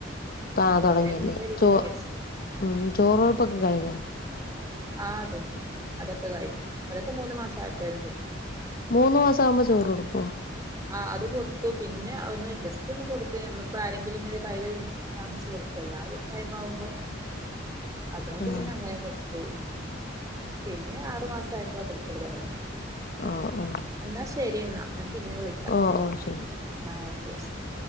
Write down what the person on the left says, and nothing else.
ആഹ്
തുടങ്ങിയല്ലേ
ചോ
ഉം ചോറ് ഉഴപ്പൊക്കെ കഴിഞ്ഞാ
മൂന്ന് മാസം ആവുമ്പോ ചോറ്ടുക്കുവോ
ആഹ്
ആഹ് ഓഹ്
ഓഹ് ഓഹ് ശരി